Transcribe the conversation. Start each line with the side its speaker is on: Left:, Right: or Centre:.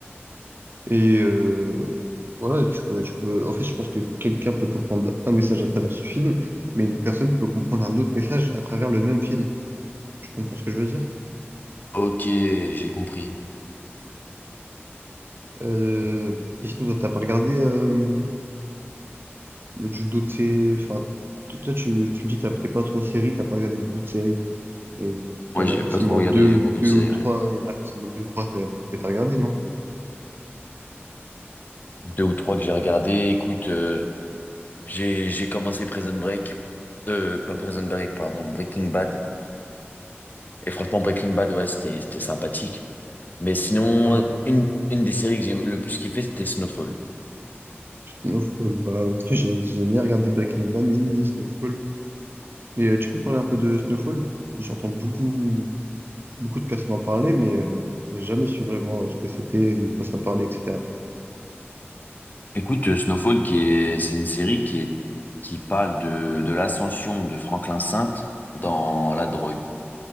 Right: Et euh, voilà, tu peux, tu peux... En fait, je pense que quelqu'un peut comprendre un message à travers ce film, mais une personne peut comprendre un autre message à travers le même film. Tu comprends ce que je veux dire?
Left: Ok, j'ai compris.
Right: Euh... Et sinon, toi, t'as pas regardé euh, du- d'autres sé- Enfin, t- toi, tu, tu me dis, t'as- t'es pas trop série, t'as pas regardé beaucoup de séries. Et
Left: Ouais,
Right: t'en
Left: j'ai
Right: as forcément
Left: pas trop regardé
Right: deux, deux
Left: beaucoup de séries.
Right: ou trois,
Left: ouais.
Right: il y en a forcément deux ou trois que t'as que t'as regardé, non?
Left: Deux ou trois que j'ai regardé. Écoute, euh, j'ai j'ai commencé Prison Break, euh, pas Prison Break, pardon, Breaking Bad. Et franchement, Breaking Bad, ouais, c'était c'était sympathique. Mais sinon,
Right: Ah.
Left: une, une des séries que j'ai le plus kiffé, c'était Snowfall.
Right: Snowfall, bah, <laughs> j'ai j'ai ni regardé Breaking Bad, ni, ni Snowfall. Mais euh, tu peux me parler un peu de Snowfall? J'entends beaucoup, beaucoup de personnes en parler, mais euh, j'ai jamais su vraiment euh, ce que c'était, de quoi ça parlait, etc.
Left: Écoute, euh, Snowfall, qui est, c'est une série qui est, qui parle de, de l'ascension de Franklin Saint dans la drogue.